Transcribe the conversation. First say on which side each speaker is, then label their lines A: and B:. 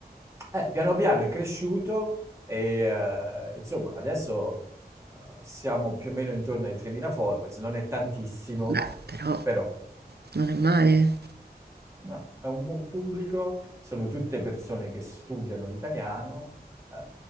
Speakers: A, on the right (about 20°); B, on the right (about 75°).
A: Eh, piano piano è cresciuto e eh, insomma adesso eh, siamo più o meno intorno ai 3.000 followers, non è tantissimo,
B: Beh, però
A: però
B: non è male.
A: no, è un buon pubblico, sono tutte persone che studiano l'italiano, eh,